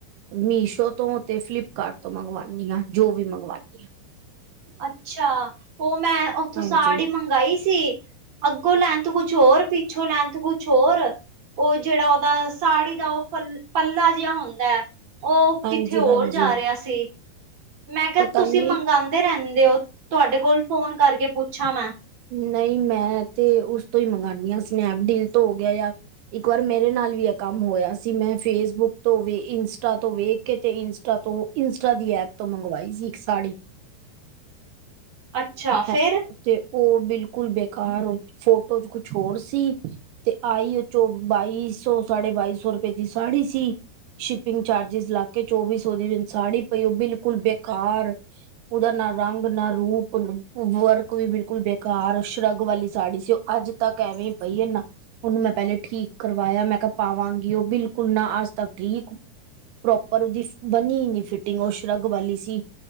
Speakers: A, on the right (about 80°); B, on the right (about 35°).
A: ਮੀਸ਼ੋ ਤੋਂ ਤੇ ਫਲਿਪਕਾਰਟ ਤੋਂ ਮੰਗਵਾਣੀ ਆ ਜੋ ਵੀ ਮੰਗਵਾਣੀ ਆ
B: ਅੱਛਾ, ਉਹ ਮੈਂ ਉੱਥੋਂ ਸਾੜੀ
A: ਹਾਂਜੀ
B: ਮੰਗਾਈ ਸੀ ਅੱਗੋਂ ਲੈਂਥ ਕੁਛ ਹੋਰ ਪਿੱਛੋਂ ਲੈਂਥ ਕੁਛ ਹੋਰ ਉਹ ਜੇਹੜਾ ਉਹਦਾ ਸਾੜੀ ਦਾ ਉਹ ਪਲ ਪੱਲਾ ਜਿਹਾ ਹੁੰਦਾ ਉਹ
A: ਹਾਂਜੀ
B: ਕਿੱਥੇ ਹੋਰ
A: ਹਾਂਜੀ
B: ਜਾ ਰਿਹਾ ਸੀ ਮੈਂ ਕਿਆ
A: ਪਤਾ
B: ਤੁਸੀਂ
A: ਨੀ
B: ਮੰਗਾਂਦੇ ਰਹਿੰਦੇ ਓ ਤੁਹਾਡੇ ਕੋਲ ਫੋਨ ਕਰਕੇ ਪੁੱਛਾਂ ਮੈਂ
A: ਨਹੀਂ ਮੈਂ ਤੇ ਉਸ ਤੋਂ ਹੀ ਮੰਗਾਂਨੀ ਆ ਸਨੈਪਡੀਲ ਤੋਂ ਹੋ ਗਿਆ ਯਾ ਇੱਕ ਵਾਰ ਮੇਰੇ ਨਾਲ ਵੀ ਇਹ ਕੰਮ ਹੋਇਆ ਸੀ ਮੈਂ ਫੇਸਬੁੱਕ ਤੋਂ ਵੇ ਇੰਸਟਾ ਤੋਂ ਵੇਖ ਕੇ ਤੇ ਇੰਸਟਾ ਤੋਂ ਇੰਸਟਾ ਦੀ ਐਪ ਤੋਂ ਮੰਗਵਾਈ ਸੀ ਇੱਕ ਸਾੜੀ
B: ਅੱਛਾ,
A: ਹੈ
B: ਫਿਰ
A: ਤੇ ਉਹ ਬਿਲਕੁਲ ਬੇਕਾਰ ਫੋਟੋ ਚ ਕੁਛ ਹੋਰ ਸੀ ਤੇ ਆਈ ਉਹ ਚੋਂ ਬਾਈ ਸੌ ਸਾਢੇ ਬਾਈ ਸੌ ਰੁਪਏ ਦੀ ਸਾੜੀ ਸੀ ਸ਼ਿਪਿੰਗ ਚਾਰਜਿਸ ਲੱਗ ਕੇ ਚੌਵੀ ਸੌ ਦੀ ਮੈਨੂੰ ਸਾੜੀ ਪਈ ਉਹ ਬਿਲਕੁਲ ਬੇਕਾਰ ਉਹਦਾ ਨਾ ਰੰਗ ਨਾ ਰੂਪ ਵਰਕ ਵੀ ਬਿਲਕੁਲ ਬੇਕਾਰ, ਸ਼ਰੱਗ ਵਾਲੀ ਸਾੜੀ ਸੀ, ਉਹ ਅੱਜ ਤੱਕ ਐਵੇਂ ਈ ਪਈ ਐ ਨਾ ਉਹਨੂੰ ਮੈਂ ਪਹਿਲੇ ਠੀਕ ਕਰਵਾਇਆ, ਮੈਂ ਕਿਹਾ ਪਾਵਾਂਗੀ ਉਹ ਬਿਲਕੁਲ ਨਾ ਅੱਜ ਤੱਕ ਠੀਕ ਪ੍ਰੋਪਰ ਉਹਦੀ ਬਨੀ ਈ ਨੀ ਫਿਟਿੰਗ ਉਹ ਸ਼ਰੱਗ ਵਾਲੀ ਸੀ।